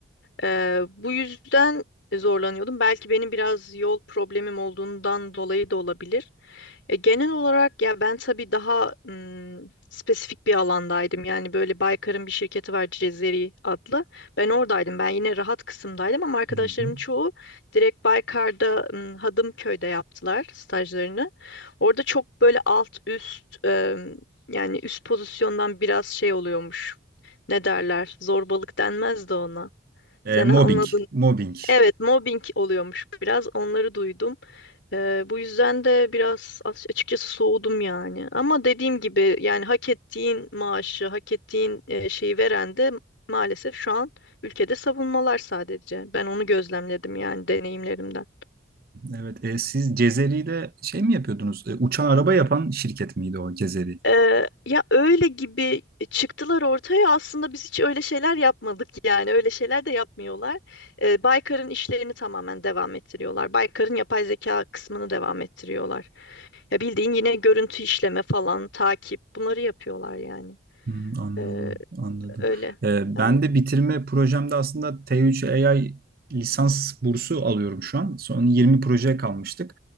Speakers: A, on the left; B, on the right.
A: Ee, bu yüzden zorlanıyordum. Belki benim biraz yol problemim olduğundan dolayı da olabilir. E, genel olarak ya ben tabii daha ım, spesifik bir alandaydım. Yani böyle Baykar'ın bir şirketi var Cezeri adlı. Ben oradaydım. Ben yine rahat kısımdaydım ama arkadaşlarım
B: Hı hı.
A: çoğu direkt Baykar'da ım, Hadımköy'de yaptılar stajlarını. Orada çok böyle alt üst ım, yani üst pozisyondan biraz şey oluyormuş. Ne derler? Zorbalık denmez de ona.
B: E,
A: Sen anladın
B: mobbing mobbing
A: Evet, mobbing oluyormuş biraz. Onları duydum. Ee, bu yüzden de biraz as- açıkçası soğudum yani. Ama dediğim gibi yani hak ettiğin maaşı, hak ettiğin e, şeyi veren de maalesef şu an ülkede savunmalar sadece. Ben onu gözlemledim yani deneyimlerimden.
B: evet e, siz Cezeri'de şey mi yapıyordunuz E, uçan araba yapan şirket miydi o Cezeri?
A: Ee, ya öyle gibi çıktılar ortaya aslında biz hiç öyle şeyler yapmadık yani öyle şeyler de yapmıyorlar. Ee, Baykar'ın işlerini tamamen devam ettiriyorlar. Baykar'ın yapay zeka kısmını devam ettiriyorlar. Ya bildiğin yine görüntü işleme falan, takip bunları yapıyorlar yani.
B: Hmm, anladım,
A: Ee,
B: anladım.
A: öyle.
B: Ee,
A: Aynen.
B: ben de bitirme projemde aslında T3 AI lisans bursu alıyorum şu an. Son 20 projeye kalmıştık.